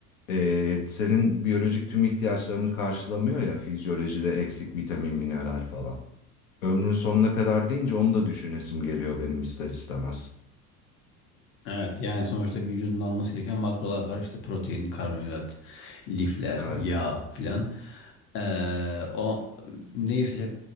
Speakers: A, on the left; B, on the left.
A: Ee, senin biyolojik tüm ihtiyaçlarını karşılamıyor ya fizyolojide eksik vitamin, mineral falan. Ömrün sonuna kadar deyince onu da düşünesim geliyor benim ister istemez.
B: Evet yani sonuçta vücudun alması gereken makrolar var. İşte protein, karbonhidrat, lifler,
A: Evet.
B: yağ filan. Ee, o neyi seçe